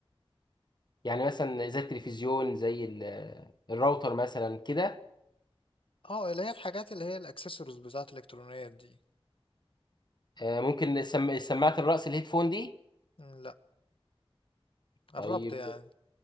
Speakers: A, on the left (about 45°); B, on the left (about 60°).
A: يعني مثلا زي التلفزيون زي ال- الراوتر مثلا كده
B: اه اللي هي الحاجات اللي هي الاكسسوارز بتاعة الالكترونيات دي
A: آه، ممكن سم- سماعه الراس الهيدفون دي
B: م، لا قربت
A: طيب
B: يعني